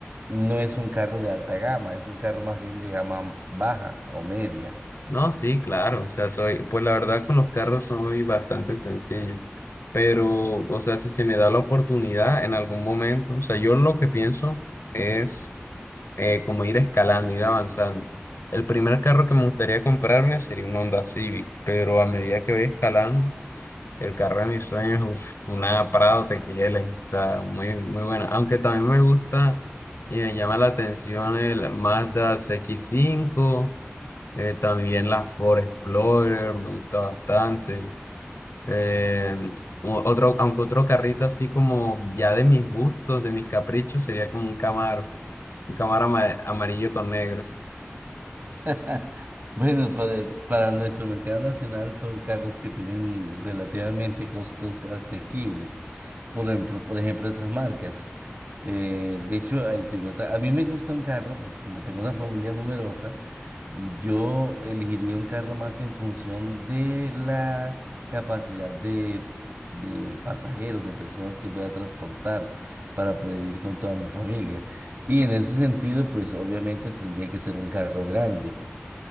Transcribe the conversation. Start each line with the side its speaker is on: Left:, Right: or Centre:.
Right: No es un carro de alta gama, es un carro más bien de gama baja o media.
Left: No, sí, claro. O sea, soy, pues la verdad con los carros soy bastante sencillo. Pero, o sea, si se me da la oportunidad en algún momento, o sea, yo lo que pienso es eh, como ir escalando, ir avanzando. El primer carro que me gustaría comprarme sería un Honda Civic, pero a medida que voy escalando, el carro de mis sueños, uf, una Prado T X L o sea, muy, muy buena. Aunque también me gusta y me llama la atención el Mazda C X cinco eh, también la Ford Explorer me gusta bastante. Eh, o- otro, aunque otro carrito así como ya de mis gustos, de mis caprichos, sería como un Camaro, un Camaro ama- amarillo con negro.
Right: <laughs> Bueno, para, para nuestro mercado nacional son carros que tienen relativamente costos asequibles. Por ejemplo, por ejemplo, esas marcas. Eh, de hecho, el Toyota, a mí me gusta un carro porque como tengo una familia numerosa, yo elegiría un carro más en función de la capacidad de, de pasajeros, de personas que pueda transportar para poder ir con toda mi familia. Y en ese sentido, pues obviamente tendría que ser un carro grande